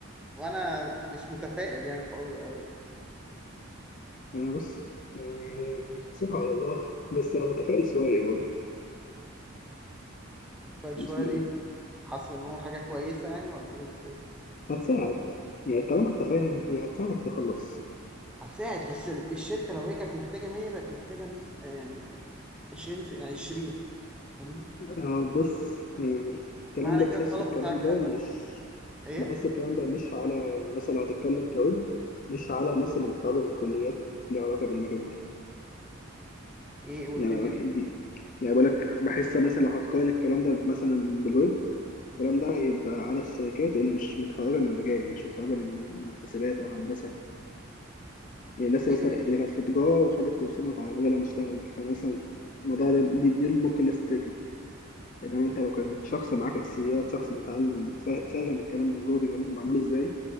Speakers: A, in the centre; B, on the left.
A: وانا مش متفائل يعني الحوار ده
B: انا بص يعني سيبها على الله بس انا متفائل شوية
A: فقال
B: برضه.
A: شوية ليه؟ حسوا إن هو حاجة كويسة يعني ولا حاجة مش كويسة؟
B: هتساعد يعني طالما انت فاهم هي هتساعدك تخلص
A: هتساعد بس ال- الشركة لو هي كانت محتاجة 100 بقت محتاجة آه، يعني 20 في 20 فاهمني؟
B: آه بص يعني الكلام
A: معنى
B: ده
A: كده
B: بحسه
A: الطلب
B: الكلام
A: بتاعك
B: ده
A: قل
B: مش
A: إيه؟
B: بحس الكلام ده مش على الناس اللي هتتكلم كويب مش على الناس اللي متخرجة من كليات ليها علاقة بالمجال
A: إيه قول
B: يعني
A: تاني
B: أنا- دي يعني بقول لك بحس مثلا لو هتقارن الكلام ده مثلا بالويب الكلام ده يبقى على الشركات اللي مش متخرجة من مجال يعني مش متخرجة من حسابات أو هندسة يعني الناس مثلا
A: أيوه ماشي
B: اللي كانت في تجارة وخدت كورسين وتعالى يلا نشتغل يعني مثلا الموضوع ده دي, دي ممكن الناس تتركز انما انت لو كان شخص معاك اساسيات شخص متعلم فا- فاهم الكلام من جوه بيبقى ماشي معمول ازاي